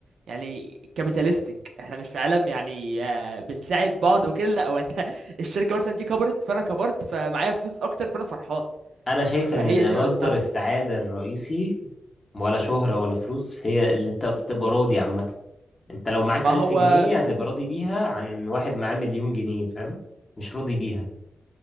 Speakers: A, on the right; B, on the left.
A: يعني كابيتاليستيك احنا مش في عالم يعني آه، بنساعد بعض وكده لا هو انت <laughs> الشركة مثلا دي كبرت فانا كبرت فمعايا فلوس اكتر فانا فرحان
B: انا شايف ان
A: فهي دي
B: مصدر
A: النقطة بتاعتي
B: السعادة الرئيسي ولا شهرة ولا فلوس هي اللي انت بتبقى راضي عامة انت لو معاك
A: ما هو
B: ألف جنيه
A: مم.
B: هتبقى راضي بيها عن واحد معاه مليون جنيه فاهم مش راضي بيها